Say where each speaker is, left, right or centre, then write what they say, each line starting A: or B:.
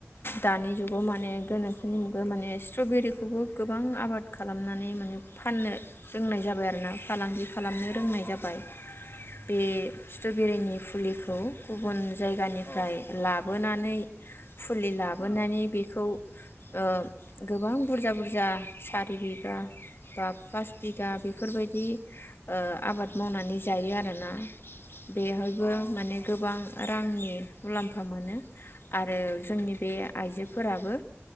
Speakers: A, on the left (about 55°); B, on the left (about 30°).
A: दानि जुगाव माने गोनोखोनि मुगायाव माने स्ट्रबेरिखौबो गोबां आबाद खालामनानै माने फाननो रोंनाय जाबाय आरोना फालांगि खालामनो रोंनाय
B: अ अ
A: जाबाय। बे स्ट्रबेरिनि फुलिखौ गुबुन जायगानिफ्राय
B: औ
A: लाब बोनानै फुलि लाबोनानै
B: उम
A: बेखौ ओ गोबां बुरजा बुरजा सारि बिगा बा पास बिगा बेफोरबायदि ओ आबाद मावनानै जायो आरोना। बेहायबो
B: अ
A: माने गोबां रांनि मुलाम्फा मोनो आरो जोंनि बे आइजोफोराबो